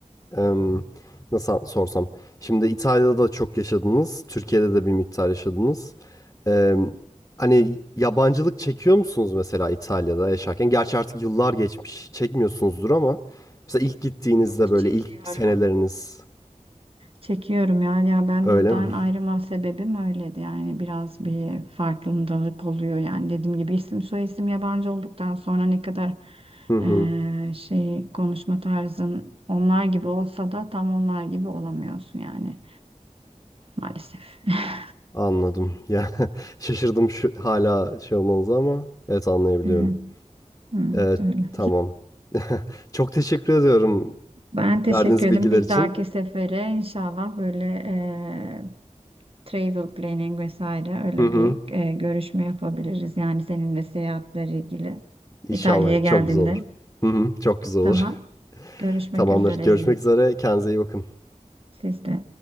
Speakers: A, on the left (about 20°); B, on the right (about 45°).
A: em, nasıl an- sorsam. Şimdi İtalya'da da çok yaşadınız. Türkiye'de de bir miktar yaşadınız. Em, hani yabancılık çekiyor musunuz mesela İtalya'da yaşarken? Gerçi artık yıllar geçmiş. Çekmiyorsunuzdur ama mesela ilk gittiğinizde
B: Çok
A: böyle
B: çekiyorum.
A: ilk seneleriniz
B: Çekiyorum ya. Ya ben
A: öyle
B: buradan
A: mi?
B: ayrılma sebebim öyleydi. Yani biraz bir farkındalık oluyor. Yani dediğim gibi isim soyisim yabancı olduktan sonra ne kadar
A: Hı hı.
B: eee, şey konuşma tarzın onlar gibi olsa da tam onlar gibi olamıyorsun yani maalesef. <laughs>
A: Anladım. Ya <laughs> şaşırdım şu hala şey olmanıza ama evet anlayabiliyorum.
B: Evet, evet
A: E,
B: öyle.
A: tamam. Çok teşekkür ediyorum
B: Ben teşekkür
A: Verdiğiniz
B: ederim.
A: bilgiler
B: Bir
A: için.
B: dahaki sefere inşallah böyle eee, travel planning vesaire öyle
A: Hı hı.
B: bir eee, görüşme yapabiliriz. Yani seninle seyahatlerle ilgili
A: İnşallah
B: İtalya'ya geldiğinde.
A: çok güzel olur. Hı hı. Çok güzel
B: Tamam.
A: olur.
B: Görüşmek
A: <laughs> Tamamdır.
B: üzere.
A: Görüşmek
B: İyi.
A: üzere. Kendinize iyi bakın.
B: Siz de.